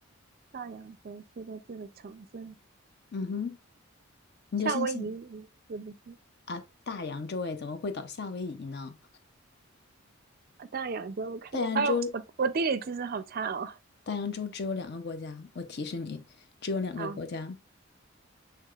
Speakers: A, on the right; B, on the left.
A: 大洋洲四个字的城市，
B: 嗯哼，你就相信
A: 夏威夷也不是
B: 啊，大洋洲哎，怎么会倒夏威夷呢？
A: 啊，大洋洲，我看一下，
B: 大洋洲，
A: 哎呦，我我地理知识好差哦。
B: 大洋洲只有两个国家，我提示你，只有两个国家，
A: 好，